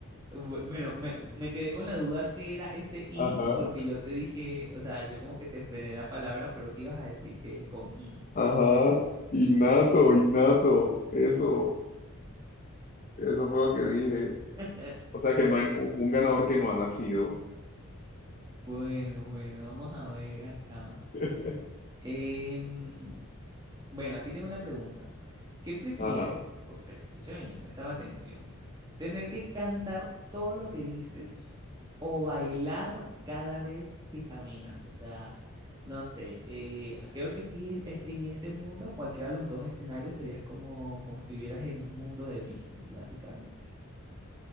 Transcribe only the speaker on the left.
Ajá.
Ajá, innato, innato, eso, eso fue lo que dije.
O sea que no hay un un ganador que no ha nacido.
<laughs>
Ajá.